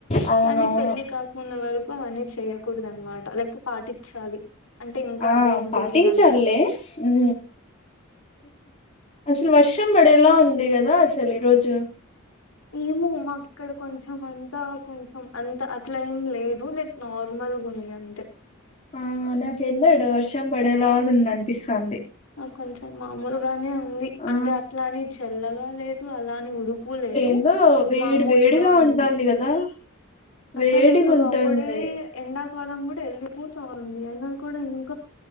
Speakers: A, on the left; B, on the left.
A: అవునవును
B: కానీ పెళ్లి కాకుండ వరకు చెయ్యకూడదు అనమాట లైక్ పాటించాలి అంటే ఇంకా
A: ఆ
B: అదే ఇంటికి
A: పాటించాళ్లే
B: అన్నాడు
A: ఉ అసలు వర్షం పడేలా ఉంది కదా అసలు ఈ రోజు
B: ఏమో మాకు ఇక్కడ కొంచెం అంతా కొంచెం అంత అట్లా ఏం లేదు లైక్ నార్మల్ నార్మల్ గుంది అంతే
A: ఆ నాకేందో ఇడా వర్షం పడేలాగా ఉంది అనిపిస్తాంది
B: కొంచెం మామూలుగానే ఉంది
A: ఆ
B: అంటే అట్లాని చల్లగా లేదు అలాని ఉడుకు లేదు
A: ఎందో వేడి
B: మామూలుగా
A: వేడిగా
B: ఉంది
A: ఉంటంది కదా వేడిగా
B: అసలు ఇప్పుడు
A: ఉంటుంది
B: అప్పుడే ఎండాకాలం కూడా వెలిగిపోతా ఉంది అయినా కూడా ఇం